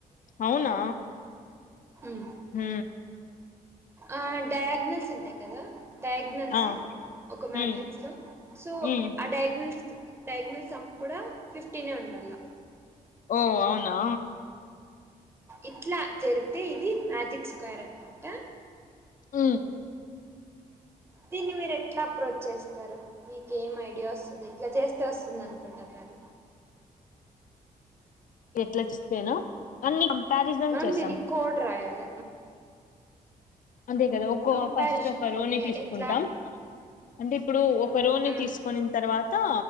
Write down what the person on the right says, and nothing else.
మ్
ఆ డయాగ్నల్స్ ఉంటాయి కదా? డయాగ్నల్స్
ఒక మ్యాట్రిక్స్
లో సో
ఆ డయాగ్నల్స్, డయాగ్నల్స్ సమ్ కూడా ఫిఫ్టీనే ఉండాల.
ఇట్లా జరిగితే ఇది మ్యాజిక్ స్క్వేర్ అనమాట
దీన్ని మీరు ఎట్లా అప్రోచ్ చేస్తారు? మీకేం ఐడియా వస్తది, ఎట్ల చేస్తే వస్తుంది అనుకుంటున్నారు.
మనం
దీనికి కోడ్ రాయాల
కంపారిజన్
ఓకే
ఎట్లా
మ్